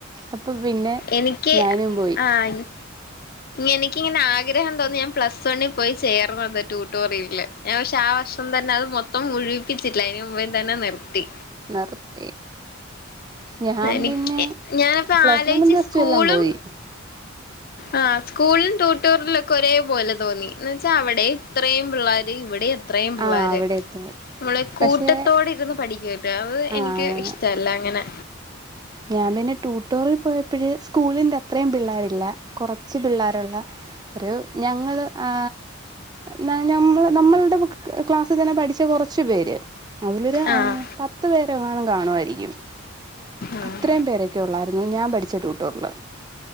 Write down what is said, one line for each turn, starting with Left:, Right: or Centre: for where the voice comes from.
Right: അപ്പം പിന്നെ
Left: എനിക്ക്
Right: ഞാനും പോയി.
Left: ആഹ് എനിക്കിങ്ങനെ ആഗ്രഹം തോന്നി ഞാൻ പ്ലസ് വണ്ണിൽ പോയി ചേർന്നത് ട്യൂട്ടോറിയില് ഞാൻ പക്ഷെ ആ വർഷം തന്നെ അത് മൊത്തം മുഴിവിപ്പിച്ചില്ല അതിന് മുമ്പേ തന്നെ നിർത്തി
Right: നിർത്തി ഞാൻ
Left: എനിക്ക്
Right: പിന്നെ
Left: ഞാനപ്പ
Right: പ്ലസ്
Left: ആലോയിച്ച്
Right: വണ്ണും പ്ലസ്
Left: സ്കൂളും.
Right: ടു എല്ലാം പോയി
Left: ആഹ് സ്കൂളിലും ട്യൂട്ടറിയിലും ഒക്കെ ഒരേ പോലെ തോന്നി എന്ന് വെച്ചാ അവിടെ ഇത്രയും പിള്ളോര് ഇവിടെ എ ഇത്രയും പിള്ളോര്
Right: ആഹ് അവിടെ എത്തി
Left: നമ്മള് കൂട്ടത്തോടെ
Right: പക്ഷേ
Left: ഇരുന്ന് പഠിക്കല്ല രാവ്
Right: ആഹ്
Left: എനിക്ക് ഇഷ്ടല്ല അങ്ങനെ
Right: ഞാൻ പിന്നെ ട്യൂട്ടോറിൽ പോയപ്പോഴ് സ്കൂളിറെ അത്രയും പിള്ളേരില്ല കൊർ ച് പിള്ളേരുള്ള ഒരു ഞങ്ങള് ആ ന ഞമ്മൾ നമ്മളുടെ ക്ലാസ്സിൽ തന്നെ പഠിച്ച കൊറച്ചു പേര്. അതിലൊരു
Left: ആഹ്
Right: പത്ത് പേരെങ്ങാനും കാണുയിരിക്കും.
Left: ആഹ്
Right: അത്രയും പേരൊക്കെ ഉള്ളായിരുന്നു ഞാൻ പഠിച്ച ട്യൂട്ടൂറിൽ